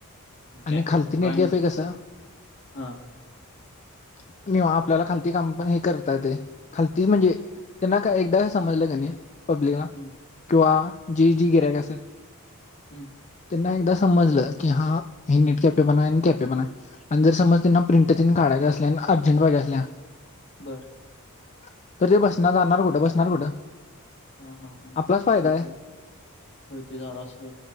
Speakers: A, on the left (about 30°); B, on the left (about 50°).
A: आणि
B: कॅफेसाठी
A: खालती नेट
B: बाय
A: कॅफे कस <unintelligible>
B: हा
A: आपल्याला खालती काम पण हे करत करता येतंय. खालती म्हणजे त्यांना काय एकदा समजलं कणी पब्लिकला
B: हम्म,
A: किंवा जी जी गिऱ्याइक अस
B: हम्म,
A: <inaudible> त्यांना एकदा समजलं की हा हे नेट कॅफे तपन आयन कॅफे हाय आणि जर समज त्यांना प्रिंटचीन काढायच्या असल्या आणि अर्जंट पाहिजे असल्या
B: <inaudible> बर <inaudible>
A: <inaudible> तरी बसणार जाणार कुठं बसणार कुठं?
B: हा, हा, हा
A: आपलाच
B: <inaudible>
A: फायदा
B: विश्वम
A: आहे
B: <inaudible> होय त झाल असं